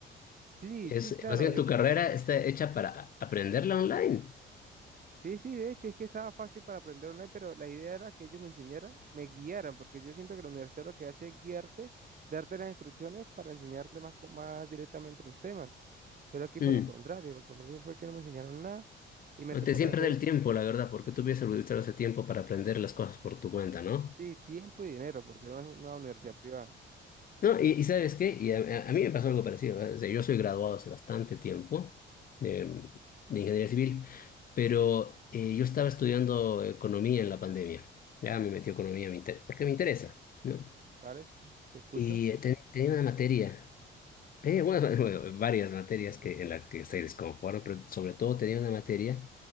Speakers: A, on the right (about 45°); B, on the left (about 45°).
A: sí,
B: Es,
A: sí, claro,
B: más bien,
A: es
B: tu carrera
A: que,
B: está hecha para aprenderla online.
A: sí, sí, de hecho, es que estaba fácil para aprender online, pero la idea era que ellos me enseñaran, me guiaran, porque yo siento que la universidad lo que hace es guiarte, darte las instrucciones para enseñarte más, co- más directamente los temas. Pero aquí fue
B: Mm.
A: lo contrario, lo contrario fue que no me enseñaron nada y me tocó
B: Te
A: aprender,
B: siempre da el tiempo, la verdad, porque tú hubieses utilizado ese tiempo para aprender las cosas por tu cuenta, ¿no?
A: sí, tiempo y dinero, porque era una, una universidad privada,
B: No, y, y ¿sabes qué? Y a, a- a mí me pasó algo parecido. ¿eh? O sea, yo soy graduado hace bastante tiempo de, de ingeniería civil, pero eh, yo estaba estudiando economía en la pandemia. Ya me metí a economía, me inter- porque me interesa, ¿no?
A: ¿vale? Te escucho.
B: Y eh, ten- tenía una materia, tenía algunas- <laughs> bueno, varias materias que, en las que se desconforme, pero sobre todo tenía una materia